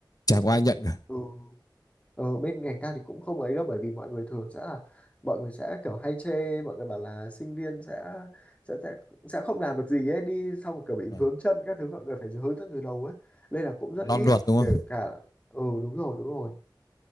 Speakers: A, on the left; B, on the left.
A: chả có ai nhận cả
B: ừ. ờ, bên ngành ta thì cũng không ấy đâu bởi vì mọi người thường sẽ là mọi người sẽ kiểu hay chê mọi người bảo là sinh viên sẽ sẽ sẽ, sẽ không làm được gì ấy đi xong rồi kiểu bị
A: Ừ.
B: vướng chân các thứ mọi người phải hướng dẫn từ đầu ấy nên là cũng rất
A: non
B: ít
A: luật đúng
B: kể
A: không
B: cả ừ đúng rồi đúng rồi